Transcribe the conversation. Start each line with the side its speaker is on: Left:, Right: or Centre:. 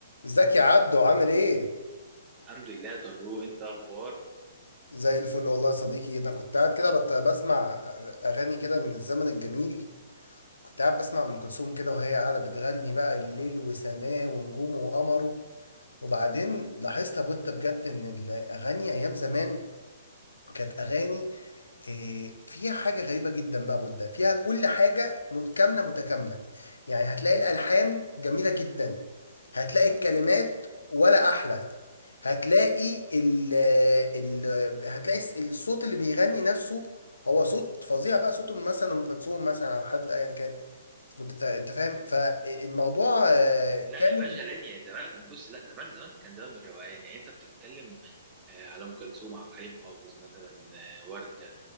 Left: ازيك يا عبدو عامل ايه؟
Right: الحمد لله طارق انت اخبار
Left: زي الفل والله يا صديقي انا كنت قاعد كده بت- بسمع اغاني كده من الزمن الجميل كنت قاعد بسمع ام كلثوم كده وهي قاعده بتغني بقى الليل وسماه ونجومه وقمره وبعدين لاحظت يا بودة بجد ان الاغاني ايام زمان كانت اغاني إيه، فيها حاجة غريبة جدا بقى بودة فيها كل حاجة متكاملة متكاملة يعني هتلاقي الألحان جميلة جدا هتلاقي الكلمات ولا أحلى هتلاقي ال ال هتلاقي الس- الصوت اللي بيغني نفسه هو صوت فظيع بقى صوت مثلا أم كلثوم مثلا أو حد أيا كان أنت أنت فاهم فالموضوع آه،
Right: لا
Left: كامل
Right: يا باشا دنيا زمان بص لا زمان زمان كان زمان الروقان يعني انت بتتكلم آه، على ام كلثوم عبد الحليم حافظ مثلا آه، ورده